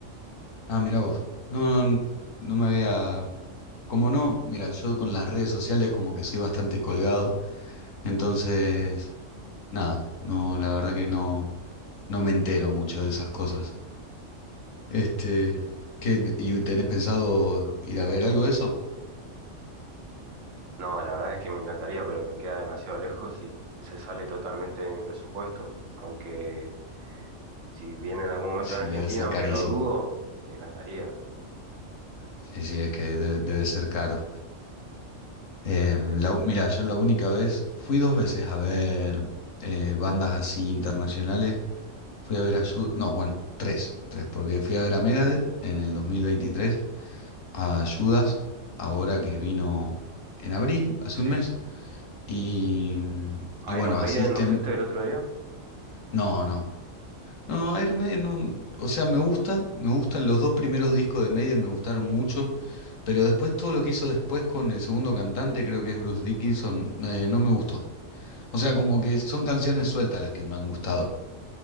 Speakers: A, on the left; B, on the right.
A: Ah, mira vos. No, no, no me había... Como no, mira, yo con las redes sociales como que soy bastante colgado, entonces, nada, no, la verdad que no, no me entero mucho de esas cosas. Este, ¿qué, y tenés pensado ir a ver algo de eso?
B: No, la verdad es que me encantaría, pero me queda demasiado lejos y se sale totalmente de mi presupuesto, aunque si viene en algún momento
A: Sí,
B: en Argentina,
A: debe ser
B: aunque
A: carísimo.
B: lo dudo, me encantaría,
A: Sí, sí, es que debe, debe ser caro. Eh, la u- mira, yo la única vez, fui dos veces a ver eh, bandas así internacionales. Fui a ver a Judas, no, bueno, tres, tres, porque fui a ver a Megadeth en el 2023, a Judas, ahora que vino en abril, hace
B: sí.
A: un mes, y, y bueno,
B: Iron Maiden,
A: a System,
B: ¿no fuiste el otro día?
A: no, no. No, Iron Maiden no, o sea, me gusta, me gustan los dos primeros discos de Maiden, me gustaron mucho, pero después todo lo que hizo después con el segundo cantante, creo que es Bruce Dickinson, eh, no me gustó. O sea, como que son canciones sueltas las que me han gustado.